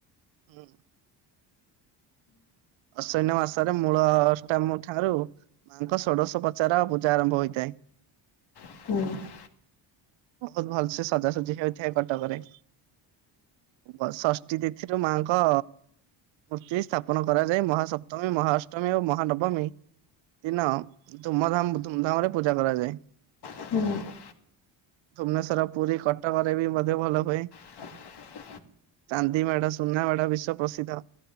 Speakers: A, on the right (about 75°); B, on the left (about 55°).
A: <inaudible> ଆଶ୍ୱିନ ମାସରେ ମୂଳଷ୍ଟାମ ଠାରୁ ମାଆଙ୍କ ଷୋଡ଼ଶ ପଚାରଉ ପୂଜା ଆରମ୍ଭ ହୋଇଥାଏ।
B: <inaudible>
A: ବହୁତ ଭଲସେ ସଜାସଜି ହେଇଥାଏ, କଟକରେ। ଆଉ ଷଷ୍ଠୀ ତିଥିରୁ ମାଆଙ୍କ ମୂର୍ତ୍ତି ସ୍ଥାପନ କରାଯାଏ। ମହାସପ୍ତମୀ ମହାଷ୍ଟମୀ ଓ ମହାନବମୀ ଦିନ ଧୁମ ଧାମ ଧୁମଧାମରେ ପୂଜା କରାଯାଏ।
B: <inaudible>
A: ଭୁବନେଶ୍ଵର, ପୁରୀ, କଟକରେ ବି ମଧ୍ୟ ଭଲ ହୁଏ।
B: <inaudible>
A: ଚାନ୍ଦିମେଢ଼ ସୁନା ମେଢ଼ ବିଶ୍ଵ ପ୍ରସିଦ୍ଧ